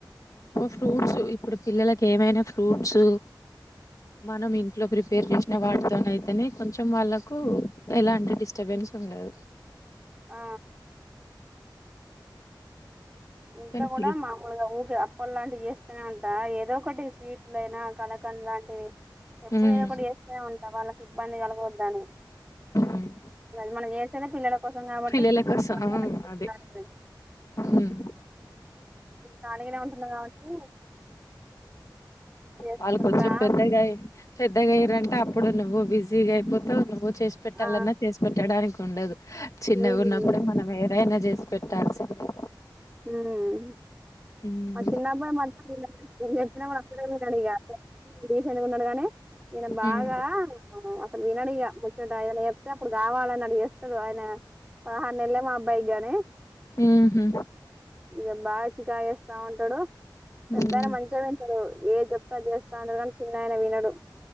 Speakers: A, on the left; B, on the right.
A: ఫ్రూట్స్ ఇప్పుడు పిల్లలకు ఏమైనా ఫ్రూట్స్ మనం ఇంట్లో ప్రిపేర్ చేసిన వాటితోనీ అయితనే కొంచెం వాళ్ళకు ఎలాంటి డిస్టర్బెన్స్ ఉండదు
B: ఆ ఇంట్లో
A: కానీ
B: కూడా
A: పిల్
B: మాముూలుగా ఊకే పల్ లాంటి చేస్తనే ఉంటా ఏదో ఒకటి స్విట్లయినా కలకండు లాంటివి ఎప్పుడు
A: ఉమ్
B: ఏదో ఒకటి చేస్తనే ఉంటా వాళ్ళకి ఇబ్బంది కల్గొద్దని
A: ఉమ్
B: మరి మనం చేసేదే పిల్లల కోసం కాబట్టి
A: పిల్లల కోసం
B: బాగా
A: ఆ అదే
B: ఉండాలి
A: ఉమ్
B: కాలిగనే ఉంటున్న కాబట్టి చేస్తుంటా
A: వాళ్ళు కొంచెం పెద్దగై, పెద్దగా అయిన్ రంటే అప్పుడు నువ్వు బిజీగా అయిపోతావు నువ్వు చేసి పెట్టాలన్నా
B: ఆ
A: చేసి పెట్టడానికు ఉండదు చిన్నగా
B: వీళ్ళు
A: ఉన్నప్పుడే మనం ఎదైనా జెసి పెట్టాల్సిందే
B: హుమ్
A: ఉమ్.
B: మా చిన్న అబ్బాయి మాత్రం వినాడు నేను చెప్పినా వాడు అసలే వినడు ఇగా <inaudible> ఉన్నాడు గాని ఈయన బాగా
A: ఉమ్.
B: అసలు వినడు ఇగా దయన్నే చెప్తే అప్పుడు రావాలని అడిగేస్తాడు ఆయన పదహారు నెల్లే మా అబ్బాయి గాని ఉ
A: ఉహు
B: ఇక బాగా చికా చేస్తా ఉంటాడు, పెద్దయన
A: ఉమ్.
B: మంచిగా వింటాడు ఏ చెప్తా అది చేస్ తాండ్రగా చిన్న ఆయన వినడు